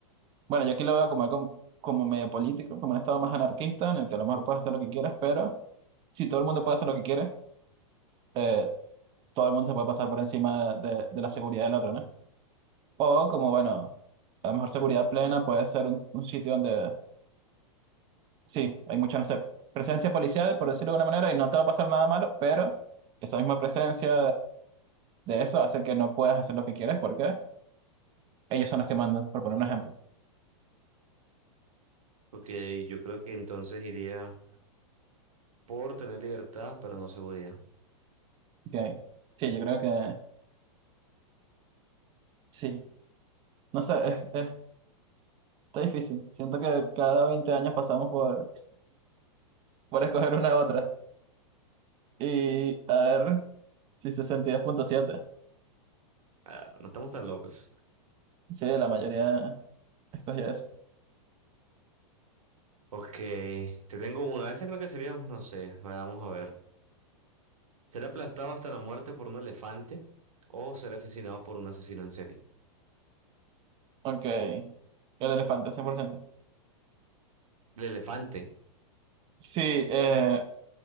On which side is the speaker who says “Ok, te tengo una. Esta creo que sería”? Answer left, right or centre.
Right